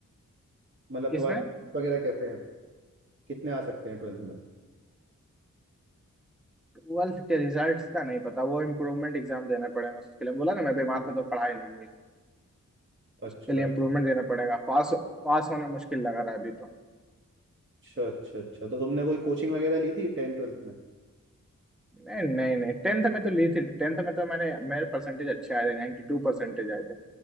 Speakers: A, on the right (about 35°); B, in the centre.
A: मतलब
B: किसमें
A: तुम्हारे वगैरह कैसे हैं कितने आ सकते हैं ट्वेल्थ में
B: ट्वेल्थ के रिजल्ट्स का नहीं पता वो इम्प्रूवमेंट एग्जाम देना पड़ेगा उसके लिए बोला ना मैं बीमार था तो पढ़ाई नहीं हुई
A: अच्छा
B: उसके लिए इम्प्रूवमेंट देना पड़ेगा पास पास होना मुश्किल लग रहा है अभी तो
A: अच्छा अच्छा अच्छा तो तुमने कोई कोचिंग वगैरह ली थी टेन ट्वेल्थ में
B: नहीं नहीं नहीं टेंथ में तो ली थी टेंथ में तो मैंने मेरे परसेंटेज अच्छे आए थे 92 परसेंटेज आए थे